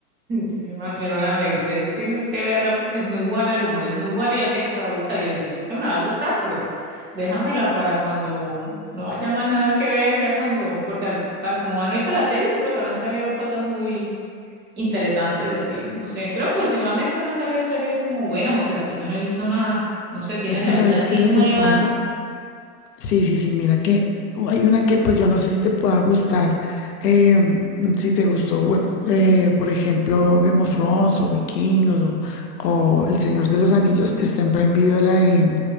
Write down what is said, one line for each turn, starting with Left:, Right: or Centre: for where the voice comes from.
Right: <laughs> Sí, mi hermana, mi hermana me dice, tú tienes que verla porque es muy buena, el humor es muy bueno, y yo sé que te va a gustar. Y yo, yo sé que me va a gustar, pero déjamela para cuando no haya más nada que ver, ya cuando, porque al- a como van ahorita las series, creo que no han salido cosas muy interesantes, así, no sé, creo que últimamente no han salido series como buenas, o será que yo no he visto nada, no sé, ¿tienes
Left: Es que
Right: alguna
Left: sabes
Right: así
Left: qué es
Right: nueva?
Left: lo que pasa. Sí, sí, sí, mira que hay una que pues yo no sé si te pueda gustar, eh, si te gustó, we- eh, por ejemplo, Game of Thrones o Vikingos o, o El Señor de los Anillos, está en Prime Video la de,